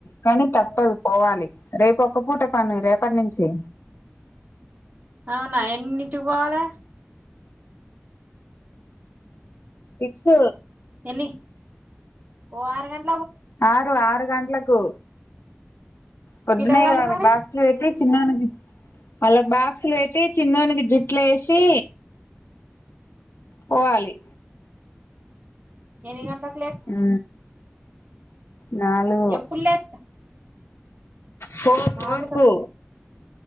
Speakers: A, on the left; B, on the right.
A: కానీ తప్పదు పోవాలి రేపు ఒక్క పూట పని రేపటి నుంచి
B: అవునా ఎన్నిటికి పోవాలే
A: ఇక్స్
B: ఎన్ని ఓ ఆరగన్
A: ఆరు ఆరు గంటలకు పొద్దునయి
B: పిల్లగాళ్ళు
A: వాళ్ళకి
B: మరి
A: బాక్స్లు పెట్టి చిన్నోనికి వాళ్ళకి బాక్స్లు వెట్టి చిన్నో నికి జుట్లు వేసి పోవాలి
B: ఎన్ని గంటలక్
A: ఉ నాలుగు
B: ఎప్పుడు లేత్
A: ఫో
B: నాలుగ
A: ఫోరుకు